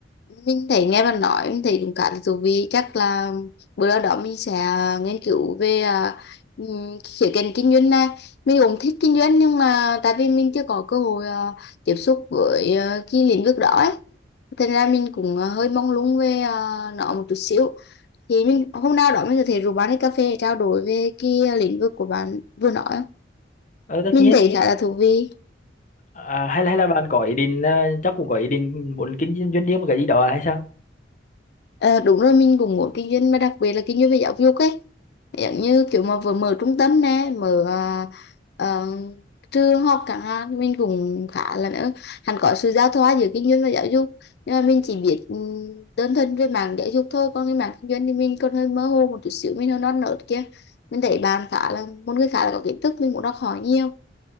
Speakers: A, on the left; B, on the left.
A: mình thấy nghe bạn nói mình thấy cũng khá là thú vị chắc là bữa nào đó mình sẽ nghiên cứu về à, ừm, khía cạnh kinh doanh này mình cũng thích kinh doanh nhưng mà tại vì mình chưa có cơ hội à, tiếp xúc với à, cái lĩnh vực đó ấy Thế nên là mình cũng ờ, hơi mong lung về ờ, nó một chút xíu. Thì mình hôm nào đó mình có thể rủ bạn đi cà phê để trao đổi về cái lĩnh vực của bạn vừa nói. á.
B: Ờ, tất
A: Mình
B: nhiên.
A: thấy khá là thú vị.
B: À, hay là hay là bạn có ý định ờ, chắc cũng có ý định muốn kinh doanh doanh riêng một cái gì đó hay sao?
A: Ờ, đúng rồi mình cũng muốn kinh doanh mà đặc biệt là kinh doanh về giáo dục ấy giống như kiểu mà vừa mở trung tâm nè mở à, ờ, trường học chẳng hạn mình cũng khá là nữa hẳn có sự giao thoa giữa kinh doanh và giáo dục nhưng mà mình chỉ biết ừm, đơn thuần về mảng giáo dục thôi còn cái mảng kinh doanh thì mình còn hơi mơ hồ một chút xíu mình hơi non nớt kia mình thấy bạn khá là một người khá là có kiến thức mình cũng đọc hỏi nhiều